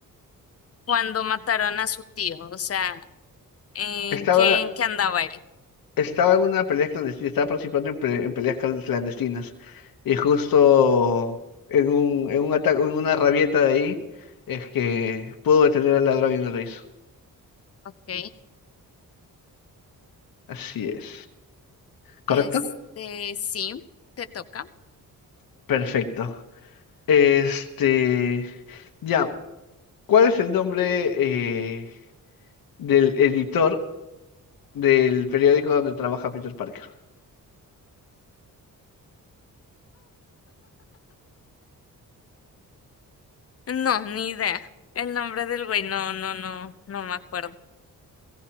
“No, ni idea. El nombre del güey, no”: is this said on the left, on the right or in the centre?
Left